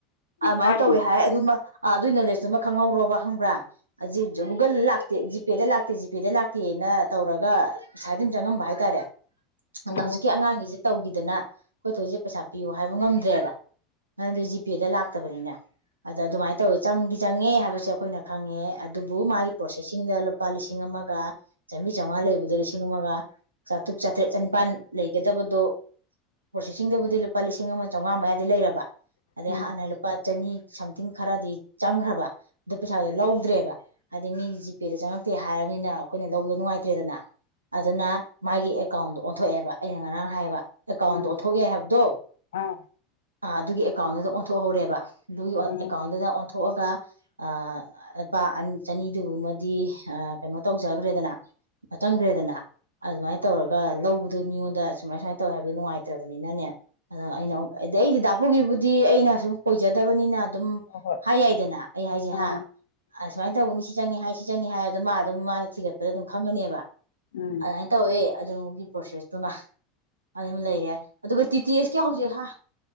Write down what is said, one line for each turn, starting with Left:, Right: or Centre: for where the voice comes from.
Right: ꯑꯗꯨꯃꯥꯏꯅ
Left: ꯃꯥꯅꯤ
Right: ꯇꯧꯋꯦ ꯍꯥꯏ ꯗꯨꯃ ꯑ ꯑꯗꯨꯏ ꯅꯣꯂꯦꯖꯇꯨꯃ ꯈꯪꯍꯧꯔꯣꯕ ꯈꯪꯕ꯭ꯔꯥ ꯒꯨꯒꯜ ꯂꯥꯛꯇꯦ ꯖꯤꯄꯦꯗ ꯂꯥꯛꯇꯦ ꯖꯤꯄꯦꯗ ꯂꯥꯛꯇꯦꯅ ꯇꯧꯔꯒ ꯁꯥꯏꯗꯝ ꯆꯪꯉꯝꯕ ꯍꯥꯏꯇꯥꯔꯦ
Left: ꯑꯣ
Right: ꯑꯗ ꯍꯧꯖꯤꯛꯀꯤ ꯑꯉꯥꯡꯒꯤꯖꯦ ꯇꯧꯒꯤꯗꯅ ꯈꯣꯏ ꯊꯣꯏꯁꯦ ꯄꯩꯁꯥ ꯄꯤꯌꯨ ꯍꯥꯏꯕ ꯉꯝꯗ꯭ꯔꯦꯕ꯫ ꯅꯪ ꯑꯗꯨ ꯖꯤꯄꯦꯗ ꯂꯥꯛꯇꯕꯅꯤꯅꯦ ꯑꯗ ꯑꯗꯨꯃꯥꯏꯅ ꯇꯧꯋꯦ ꯆꯪꯗꯤ ꯆꯪꯉꯦ ꯍꯥꯏꯕꯁꯦ ꯑꯈꯣꯏꯅ ꯈꯪꯉꯦ ꯑꯗꯨꯕꯨ ꯃꯥꯒꯤ ꯄ꯭ꯔꯣꯁ ꯁꯤꯡꯗ ꯂꯨꯄꯥ ꯂꯤꯁꯤꯡ ꯑꯃꯒ ꯆꯥꯝꯔꯤ ꯆꯥꯝꯉꯥ ꯂꯩꯕꯗ ꯂꯤꯁꯤꯡ ꯑꯃꯒ ꯆꯥꯇ꯭ꯔꯨꯛ ꯆꯥꯇ꯭ꯔꯦꯠ ꯆꯅꯤꯄꯥꯟ ꯂꯩꯒꯗꯕꯗꯣ ꯄ꯭ꯔꯣꯁꯦꯁꯤꯡꯗꯕꯨꯗꯤ ꯂꯨꯄꯥ ꯂꯤꯁꯤꯡ ꯑꯃ ꯆꯥꯝꯃꯉꯥ ꯃꯌꯥ ꯂꯩꯔꯕ ꯑꯗꯩ
Left: ꯎꯝ
Right: ꯍꯥꯟꯅ ꯂꯨꯄꯥ ꯆꯅꯤ ꯁꯝꯊꯤꯡ ꯈꯔꯗꯤ ꯆꯪꯈ꯭ꯔꯕ ꯑꯗꯨ ꯄꯩꯁꯥꯗꯣ ꯂꯧꯗ꯭ꯔꯦꯕ ꯍꯥꯏꯗꯤ ꯃꯤꯒꯤ ꯖꯤꯄꯦꯗ ꯆꯪꯉꯛꯇꯦ ꯍꯥꯏꯔꯕꯅꯤꯅ ꯑꯩꯈꯣꯏꯅ ꯂꯧꯕꯗꯣ ꯅꯨꯡꯉꯥꯏꯇ꯭ꯔꯦꯗꯅ ꯑꯗꯨꯅ ꯃꯥꯒꯤ ꯑꯦꯀꯥꯎꯟꯗꯣ ꯑꯣꯟꯊꯣꯛꯑꯦꯕ ꯑꯩꯅ ꯉꯔꯥꯡ ꯍꯥꯏꯕ ꯑꯦꯀꯥꯎꯟꯗꯣ
Left: ꯎꯝ
Right: ꯑꯣꯟꯊꯣꯛ ꯌꯥꯏ ꯍꯥꯏꯕꯗꯣ꯫
Left: ꯑꯥ꯫
Right: ꯑ ꯑꯗꯨꯒꯤ ꯑꯦꯀꯥꯎꯟꯗꯨꯗ ꯑꯣꯟꯊꯣꯛꯍꯧꯔꯦꯕ ꯑꯗꯨꯒꯤ
Left: ꯎꯝ
Right: ꯑꯦꯀꯥꯎꯟꯗꯨꯗ ꯑꯣꯟꯊꯣꯛꯑꯒ ꯑ ꯂꯨꯄꯥ ꯑꯟ ꯆꯅꯤꯗꯨꯃꯗꯤ ꯑ ꯀꯩꯅꯣ ꯇꯧꯖꯈ꯭ꯔꯦꯗꯅ ꯃꯇꯝꯪꯈ꯭ꯔꯦꯗꯅ ꯑꯗꯨꯃꯥꯏꯅ ꯇꯧꯔꯒ ꯂꯧꯕꯗꯨ ꯃꯤꯉꯣꯟꯗ ꯁꯨꯃꯥꯏ ꯁꯨꯃꯥꯏꯅ ꯇꯧꯋꯦ ꯍꯥꯏꯕꯗꯨꯣ ꯅꯨꯡꯉꯥꯏꯇ꯭ꯔꯕꯅꯤꯅꯅꯦ ꯑꯗ ꯑꯩꯅ ꯑꯩꯗꯤ ꯗꯥꯄꯨꯒꯤꯕꯨꯗꯤ ꯑꯩꯅ ꯁꯨꯝ ꯀꯣꯏꯖꯗꯕꯅꯤꯅ ꯑꯗꯨꯝ
Left: ꯍꯣꯏ ꯍꯣꯏ
Right: ꯍꯥꯏ ꯌꯥꯏꯗꯅ ꯑꯩ ꯍꯥꯏꯖꯦ
Left: ꯑꯥ
Right: ꯍꯥ ꯁꯨꯃꯥꯏ ꯇꯧꯕꯅꯤ ꯁꯤ ꯁꯤ ꯆꯪꯉ ꯍꯥꯏ ꯁꯤ ꯆꯪꯉꯤ ꯍꯥꯏꯕꯗꯣ ꯃꯥ ꯑꯗꯨꯝ ꯃꯥꯅ ꯊꯤꯒꯠꯄꯗ ꯑꯗꯨꯝ ꯈꯪꯉꯅꯦꯕ
Left: ꯎꯝ
Right: ꯑꯗꯨꯃꯥꯏꯅ ꯇꯧꯋꯦ ꯑꯗꯨꯒꯤ ꯄ꯭ꯔꯣꯁꯦꯁꯇꯨꯅ ꯑꯗꯨꯝ ꯂꯩꯔꯦ ꯑꯗꯨꯒ ꯇꯤ ꯇꯤ ꯑꯦꯁ ꯀ ꯍꯧꯖꯤꯛ ꯍꯥ